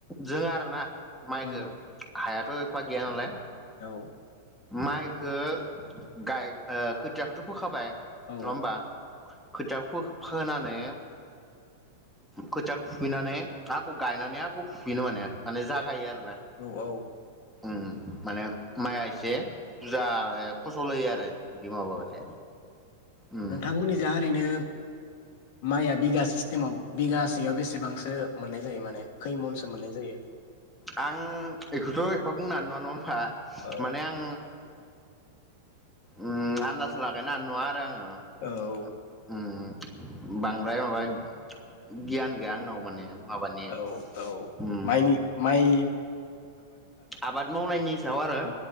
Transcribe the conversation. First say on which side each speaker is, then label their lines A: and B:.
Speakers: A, in the centre; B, on the left (about 50°).
A: जों आरोना माइखो
B: उम
A: हायाथ' एफा गैया नालाय
B: औ।
A: माइखो गाय ओ खोथियाखौथ' फोखाबाय नङा
B: औ
A: होमबा? खोथियाखौ फो-फोनानै खोथियाखौ फुुफिननानै आख' गायनानै आख' फुुफिनो माने। माने जागायो आरो ना।
B: औ औ
A: उम माने माइया एसे एसे बुजा फसल होयो आरो। बिदि माबाबाथाय
B: औ
A: उम
B: नोंथांमोननिजा ओरैनो मायआ बिगा सिस्टेमाव बिगासेयाव बेसेबांसो मोननाय जायो माने खैमनसो मोननाय जायो?
A: आं एखोथ' एफा बुंनो हानाय नङा नङा होमबा
B: औ
A: माने आं उम आन्दाज लागायनो हानाय नङा आरो आं
B: औ
A: ओह उम। बांद्राय माबा गियान गैया आंनाव माने माबानि
B: औ औ
A: उम
B: मायनि माय
A: आबाद मावनायनि सायाव आरो
B: औ